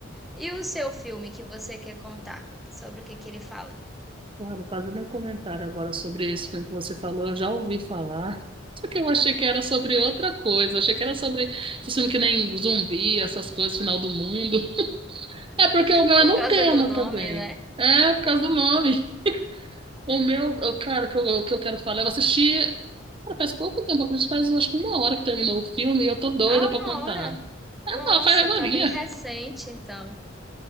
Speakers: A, in the centre; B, on the right.
A: E o seu filme que você quer contar? Sobre o que que ele fala?
B: Claro, fazendo um comentário agora sobre esse filme que você falou, eu já ouvi falar. <laughs> Só que eu achei que era sobre outra coisa. Achei que era sobre esse filme que nem zumbi, essas coisas, final do mundo. É porque o meu
A: Por
B: é no
A: causa
B: tema
A: do nome,
B: também.
A: né?
B: É, por causa do nome. O meu, eu, cara, o que eu, o que eu quero falar, eu assisti. Cara, faz pouco tempo, eu acredito, faz acho que uma hora que terminou o filme e eu tô doida
A: Ah,
B: pra
A: uma
B: contar.
A: hora? Nossa,
B: Ah, não, faz agorinha.
A: tá bem recente, então.